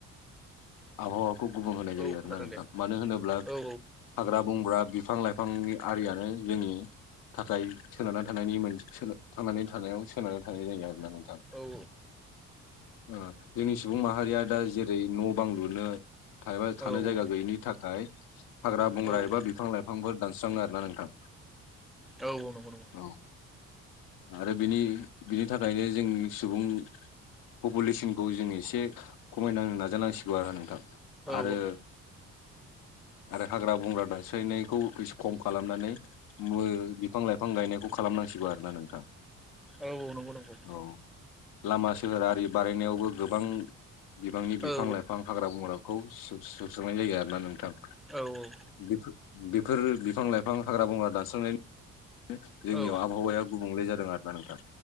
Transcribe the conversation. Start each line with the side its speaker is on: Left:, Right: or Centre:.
Left: आबहावाखौ गुबुं होनाय
Centre: औ
Left: जायो
Centre: खोनादों
Left: आरोना नोंथां।
Centre: दे
Left: मानो होनोब्ला
Centre: औ
Left: हाग्रा बंग्रा बिफां लाइफांनि आरियानो जोंनि थाखाय सोनारना थानायनि मोनस सोरनो थांनानै थानायाव सोनारनानै थानाय जायो आरोना नों थां
Centre: औ
Left: ओ जोंनि सुबुं माहारिया दा जेरै न' बां लुनो थानो
Centre: औ
Left: थानो जायगा
Centre: औ
Left: गैयैनि थाखाय हाग्रा बंग्रा
Centre: औ
Left: एबा बिफां लाइफ फांफोर दानस्राङो आरो ना नोंथां।
Centre: औ औ नंगौ नंगौ।
Left: औ आरो बिनि बिनि थाखायनो जोंनि सुबुं पपुलेसनखौ जों एसे खमायनाहोनो नाजानांसिगौ आरो नोंथां।
Centre: औ
Left: आरो आरो हाग्रा बंग्रा दानस्रायनायखौ एसे खम खालामनानै मो बिफां लाइफां गायनायखौ खालामनांसिगौ आरोना नोंथां।
Centre: औ औ नंगौ नंगौ।
Left: औ लामा सोहोर आरि बारायनायावबो गोबां बिबांनि बिफां
Centre: औ
Left: लाइफां हाग्रा बंग्राखौ सु-सुस्रांनाय जायो आरो ना नोंथां।
Centre: औ औ
Left: बेफो बेफोर बिफां लाइफां हाग्रा बंग्रा दानस्रांनायनि ओ जोंनियाव
Centre: औ
Left: आबहावायाव गुबुंले जादों आरोना नोंथां।